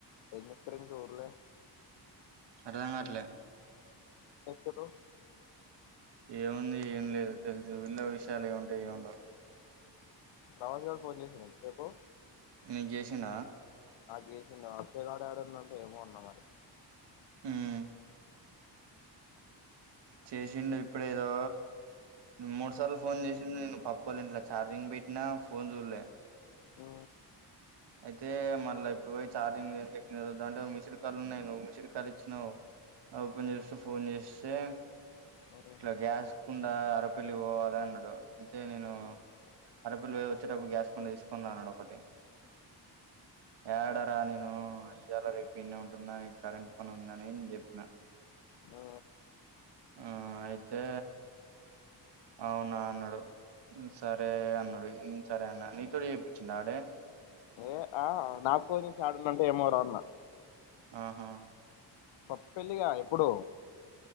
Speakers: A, on the left (about 80°); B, on the right (about 70°).
A: అ ఇత్రం చూర్లే
B: అరదాంగాట్లే
A: చేస్తారు
B: ఏముంది ఏం లేదు తెలుసు వీళ్ళ విషయాలు ఏముంటాయ ఏ ఉండవు
A: ప్రవాస్ గారు ఫోన్ చేసినడి సేపు
B: నేను చేసిన
A: ఆ జేషంట వాషయకాడ ఆడంద ఫేమ అంద మరి
B: ఉమ్ చేసిండడు ఇప్పుడు ఏదో మూడు సార్లు ఫోన్ చేసిండడు నేను పప్పాల ఇంట్లో ఛార్జింగ్ పెట్టినా ఫోన్ చూడలే
A: ఆ
B: అయితే మళ్ళా ఇప్పుడు పోయి ఛార్జింగ్ ఎంత ఎక్కింటే మిస్డ్ కాలు ఉన్నాయ ను్ మిసిడ్ కాల్ ఇచ్చినావు ఓపెన్ చూస్తూ ఫోన్ చేస్తే
A: ఉమ్
B: ఇలా గ్యాస్ కు అరపిల్లి పోవాలి అన్నాడు అయితే నేను అరపిల్లి పోయి వచ్చేటప్పుడు గ్యాస్ పండి తీసుకుందా అన్నాడు ఒకటి ఏడరా నేను జర రపీన్న ఉంటున్నా కరెంట్ పని ఉందని నేను చెప్పిన
A: ఆ
B: ఆ అయితే అవునా అన్నాడు సరే అన్నాడు సరే అన్న నీతోడు చేయిచింది ఆడే
A: ఏ ఆ నా కొంచెం ఆడునంటే ఏమో రా అలా
B: ఆహా
A: పప్ప పెళ్ళగా ఇప్పుడు